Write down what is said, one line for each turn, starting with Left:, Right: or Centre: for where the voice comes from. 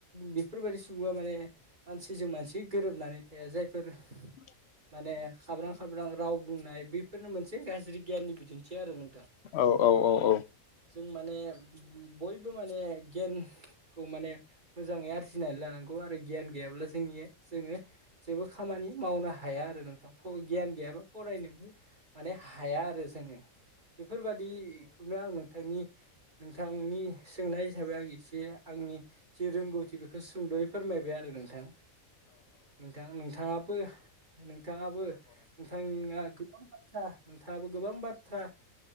Right: बेफोरबायाददि सुबुङा माने सि जों मानसि गोरोबनानै थाया जायफोर
Left: <inaudible>
Right: माने हाब्रां खाब्रां राव बुंनाय बेफोरनो मोनसे गाज्रि गियाननि बिदिन्थि आरो नोंथां।
Left: औ औ औ औ
Right: जों माने बयबो माने गियानखौ माने मोजाङै आरजिनानै लानांगौ आरो गियान गैयाब्लासो जोंनि जोङो जेबो खामानि मावनो हाया आरो नोंथां गियान गैयाबा फरायनोबो। माने हाया आरो जोङो बेफोरबादिखौनो आं नोंथांनि नोंथांनि सोंनाय हिसाबै आं एसे आंनि जिे रोंगौथि बेखौ बेखौ सुंद'यै फोरमायबाय आरो नोंथां। नोंथां नोंथाङाबो नोंथाङाबो नोंथांआ गोबां <inaudible> नोंथाङाबो गोबां बाथ्रा